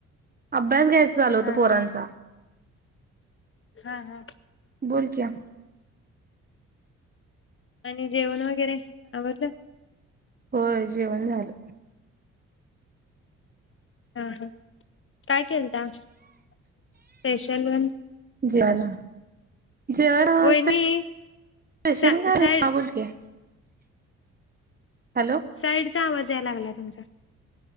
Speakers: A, on the right; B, on the left.
A: अभ्यास घ्यायच चालू
B: हा
A: होत पोरांचा.
B: हा हा, हा.
A: बोल क्या?
B: आणि जेवण वगैरे आवरलं.
A: होय जेवण झालं.
B: अ ह काय केलता <inaudible> स्पेशल वन.
A: जेवायला जेवण आज
B: वहिनी
A: <inaudible> स्पेशल
B: सा
A: काय
B: साईड
A: नाई हा बोल की. हॅलो
B: साईडचा आवाज याय लागलाय तुमच्या